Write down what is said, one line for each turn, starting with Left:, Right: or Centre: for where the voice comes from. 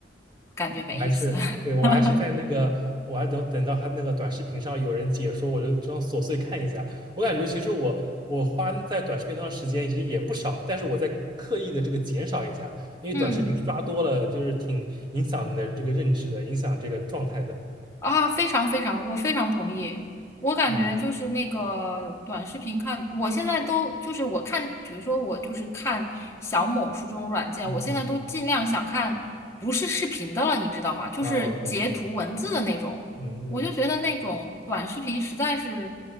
Left: 感觉没意思。
Right: 我还是对我还是在那个，
Left: <laughs>
Right: 我还等等到他那个短视频上有人解说，我就这样琐碎看一下。我感觉其实我我花在短视频上的时间其实也不少，但是我在刻意的这个减少一下，因为短视频刷多了就是挺影响你的这个认知的，
Left: 嗯。
Right: 影响这个状态的。
Left: 啊，非常非常，我非常同意。我感觉就是那个短视频看，
Right: 嗯嗯
Left: 我现在都就是我看，比如说我就是看小某书这种软件，
Right: 嗯嗯，
Left: 我现在都尽量想看不是视频的了，
Right: 嗯
Left: 你知道吗？就是截图文字的那种。
Right: 嗯哦，懂懂，嗯嗯
Left: 我就觉得那种短视频实在是，